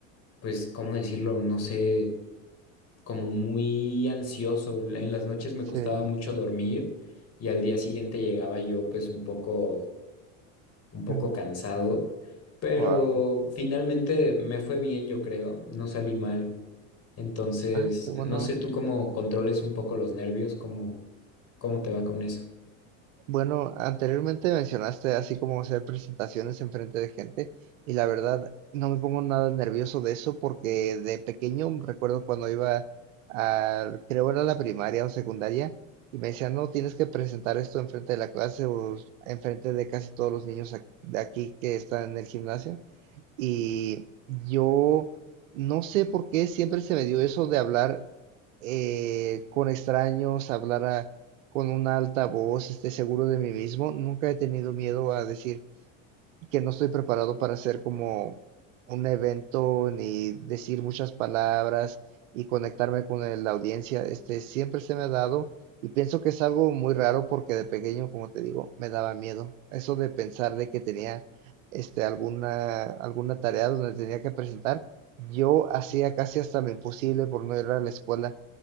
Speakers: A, on the left; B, on the right.
A: pues, ¿cómo decirlo? No sé, como muy ansioso. En las noches me
B: Sí.
A: costaba mucho dormir y al día siguiente llegaba yo pues un poco, un poco
B: <laughs>
A: cansado, pero
B: Wow.
A: finalmente me fue bien, yo creo, no salí mal. Entonces,
B: Ah, qué bueno.
A: no sé tú cómo controles un poco los nervios, cómo, cómo te va con eso.
B: Bueno, anteriormente mencionaste así como hacer presentaciones en frente de gente y la verdad no me pongo nada nervioso de eso porque de pequeño recuerdo cuando iba a, creo era la primaria o secundaria y me decían, no, tienes que presentar esto en frente de la clase o en frente de casi todos los niños ac- de aquí que están en el gimnasio. Y yo no sé por qué siempre se me dio eso de hablar eh, con extraños, hablar a- con una alta voz, esté seguro de mí mismo. Nunca he tenido miedo a decir que no estoy preparado para hacer como un evento ni decir muchas palabras y conectarme con el- la audiencia. Este, siempre se me ha dado y pienso que es algo muy raro porque de pequeño, como te digo, me daba miedo. Eso de pensar de que tenía este, alguna, alguna tarea donde tenía que presentar, yo hacía casi hasta lo imposible por no ir a la escuela.